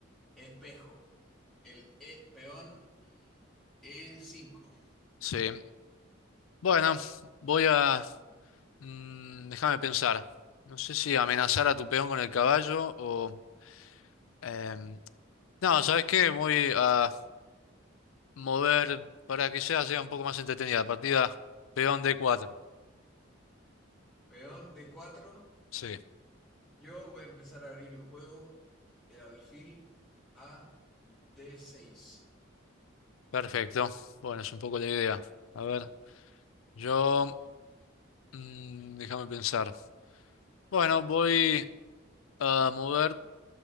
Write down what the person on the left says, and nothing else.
Sí, bueno, voy a... mm, déjame pensar, no sé si amenazar a tu peón con el caballo o... em, no, ¿sabes qué? Voy a mover para que sea, sea un poco más entretenida la partida peón d cuatro.
Sí.
Perfecto. Bueno, es un poco la idea. A ver, yo... mm, déjame pensar. Bueno, voy a mover...